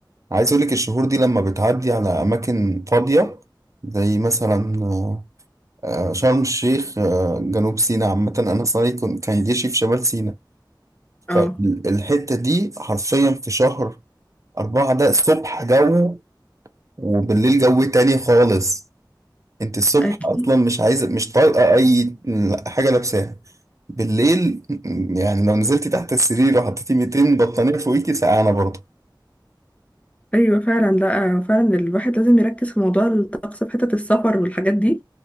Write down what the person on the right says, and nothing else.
عايز اقولك الشهور دي لما بتعدي على اماكن فاضية زي مثلا آه، آه، شرم الشيخ آه، جنوب سيناء عامة انا صاري كن- كان جيشي في شمال سيناء فالحتة
دي حرفيا في شهر أربعة ده الصبح جو وبالليل جو تاني خالص انت الصبح
اصلا مش عايزة مش طايقة اي حاجة لابساها بالليل يعني لو نزلتي تحت السرير وحطيتي 200 بطانية فوقيكي سقعانة برضه